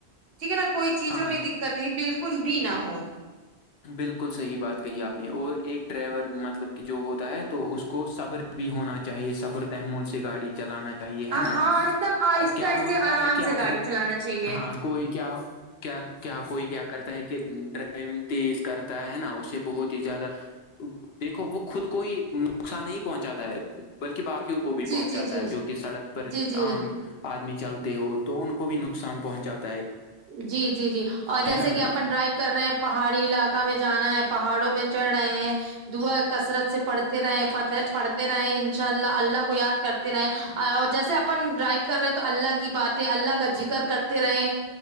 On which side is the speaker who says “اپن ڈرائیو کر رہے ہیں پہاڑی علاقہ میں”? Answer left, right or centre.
Right